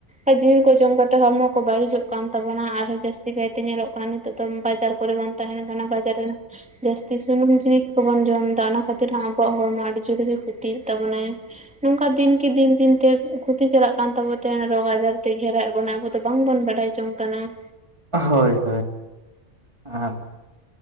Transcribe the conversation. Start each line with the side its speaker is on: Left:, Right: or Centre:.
Centre: ᱟ ᱡᱤᱞ ᱠᱚ ᱡᱚᱢ ᱠᱟᱛᱮ ᱦᱚᱲᱢᱚ ᱠᱚ ᱵᱟᱹᱲᱤᱡᱚᱜ ᱠᱟᱱ ᱛᱟᱵᱚᱱᱟ ᱟᱨᱚᱸ ᱡᱟᱹᱥᱛᱤ ᱠᱟᱭᱛᱮ ᱧᱮᱞᱚᱜ ᱠᱟᱱ ᱾ ᱛᱚ ᱫᱚᱢ ᱵᱟᱡᱟᱨ ᱠᱚᱨᱮ ᱵᱚᱱ ᱛᱟᱦᱮᱱ ᱠᱟᱱᱟ ᱵᱟᱡᱟᱨ ᱨᱮᱱ ᱾ ᱡᱟᱹᱥᱛᱤ ᱥᱩᱱᱩᱢ ᱡᱤᱱᱤᱥ ᱠᱚᱵᱚᱱ ᱡᱚᱢ ᱮᱫᱟ ᱚᱱᱟ ᱠᱷᱟᱹᱛᱤᱨ ᱦᱚᱸ ᱟᱵᱚᱣᱟᱜ ᱦᱚᱲᱢᱚ ᱟᱹᱰᱤ ᱡᱳᱨ ᱜᱮ ᱠᱷᱚᱛᱤᱭᱮᱫ ᱛᱟᱵᱚᱱᱟᱭ ᱾ ᱱᱚᱝᱠᱟ ᱫᱤᱱ ᱠᱤ ᱫᱤᱱ ᱾ ᱤᱱ ᱛᱮ ᱠᱷᱩᱚᱛᱤ ᱪᱟᱞᱟᱜ ᱠᱟᱱ ᱛᱟᱵᱚ ᱛᱮ ᱨᱳᱜᱽ ᱟᱡᱟᱨ ᱛᱮ ᱜᱷᱮᱨᱟᱭᱮᱫ ᱵᱚᱱᱟ ᱟᱵ ᱫᱚ ᱵᱟᱝᱵᱚᱱ ᱵᱟᱰᱟᱭ ᱡᱚᱝ ᱠᱟᱱᱟ ᱾ <unintelligible>
Right: ᱦᱳᱭ ᱦᱳᱭ ᱦᱮᱸ ᱾